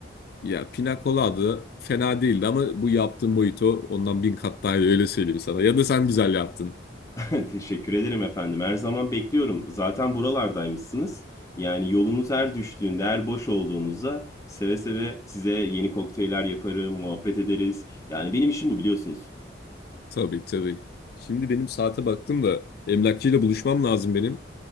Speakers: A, on the left; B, on the left.
A: Ya Pina Colada fena değildi ama bu yaptığın mojito ondan bin kat daha iyi öyle söyleyeyim sana. Ya da sen güzel yaptın.
B: <laughs> Teşekkür ederim efendim. Her zaman bekliyorum. Zaten buralardaymışsınız. Yani yolunuz her düştüğünde, her boş olduğunuzda seve seve size yeni kokteyller yaparım, muhabbet ederiz. Yani benim işim bu biliyorsunuz.
A: Tabii tabii. Şimdi benim saate baktım da emlakçıyla buluşmam lazım benim.